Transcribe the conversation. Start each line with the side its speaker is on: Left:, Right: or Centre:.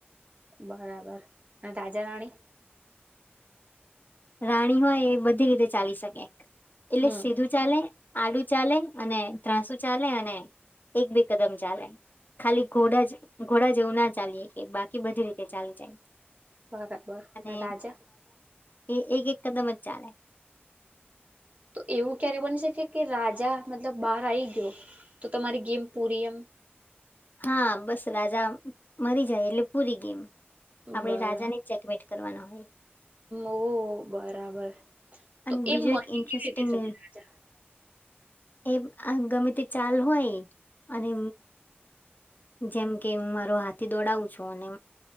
Right: બરાબર અને રાજા રાણી!
Left: રાણી હોય એ બધી રીતે ચાલી શકે એટલે
Right: હમ
Left: સીધું ચાલે આડુ ચાલે અને ત્રસુ ચાલે અને એક બે કદમ ચાલે. ખાલી ઘોડા જ ઘોડા જે એવું ના ચાલીય કે બાકી બધી રીતે ચાલી જાય.
Right: બરાબર
Left: અને
Right: મે રાજા?
Left: એ એક એક કદમ જ ચાલે.
Right: તો એવું ક્યારે બની શકે કે, રાજા મતલબ બહાર આવી ગયો તો તમારી ગેમ પૂરી એમ!
Left: હા બસ રાજા મરી જાય એટલે પૂરી ગેમ. આપણે
Right: બરા
Left: રાજાને ચેકમેટ કરવાના હોય.
Right: ઓ બરાબર
Left: અને
Right: તો
Left: બીજો
Right: એ મરી
Left: એક
Right: કેવી
Left: ઇન્ટરેસ્ટિંગ
Right: રીતે શકે રાજા!?
Left: એ આ ગમે તે ચાલ હોય અને જેમ કે હું મારો હાથી દોડાવું છું અને